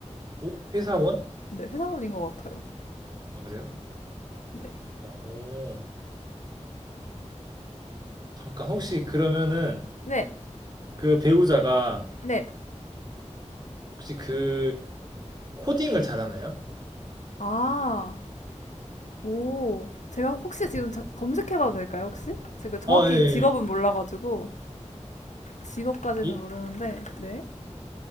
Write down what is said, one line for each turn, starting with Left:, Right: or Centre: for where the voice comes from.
Right: 어, 회사원?
Left: 네, 회사원인 것 같아요.
Right: 아, 그래요?
Left: 네.
Right: 오, 잠깐 혹시 그러면은
Left: 네.
Right: 그 배우자가
Left: 네.
Right: 혹시 그 코딩을 잘하나요?
Left: 아, 오. 제가 혹시 지금 자- 검색해봐도 될까요, 혹시? 제가 정확히
Right: 아, 예.
Left: 직업은
Right: 예.
Left: 몰라가지고. 직업까지는
Right: 이,
Left: 모르는데, 네.